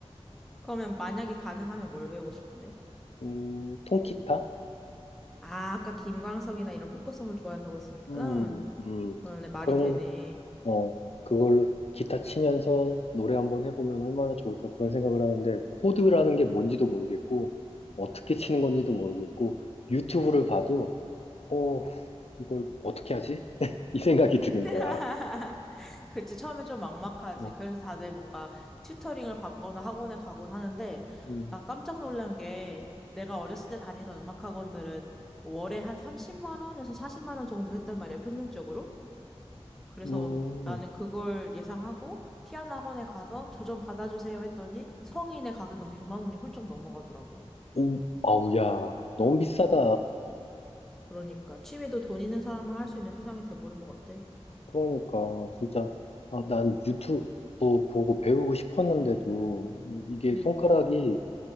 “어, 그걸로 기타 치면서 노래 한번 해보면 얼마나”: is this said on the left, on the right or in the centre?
Left